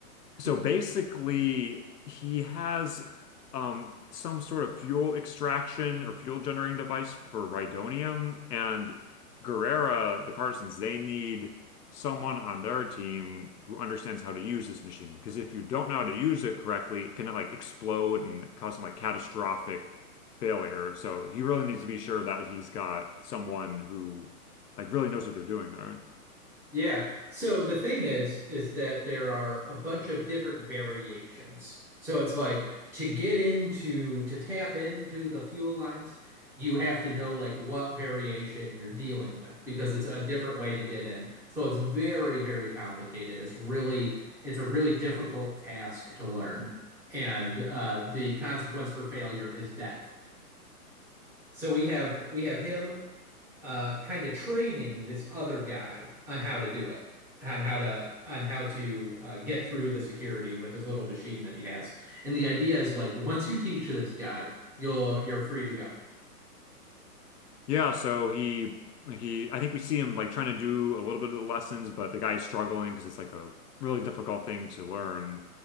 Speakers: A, on the left (about 85°); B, in the centre.
A: so
B: <laughs>
A: basically, he has um, some sort of fuel extraction or fuel generating device for Rhydonium, and Guerrera, the Partisans, they need someone on their team who understands how to use this machine. Because if you don't know how to use it correctly, it can like explode and cause some like catastrophic failure. So he really needs to be sure that he's got someone who like really knows what they're doing there.
B: Yeah. So the thing is, is that there are a bunch of different variations. So it's like to get into, to tap into the fuel lines, you have to know like what variation you're dealing with because it's a different way to get in. So it's very, very complicated. It's really, it's a really difficult task to learn. And uh, the consequence for failure is death. So we have we have him uh, kind of training this other guy on how to do it, on how to on how to uh, get through the security with his little machine that he has. And the idea is like once you teach this guy, you'll you're free to go.
A: Yeah, so he he I think we see him like trying to do a little bit of the lessons, but the guy's struggling because it's like a really difficult thing to learn.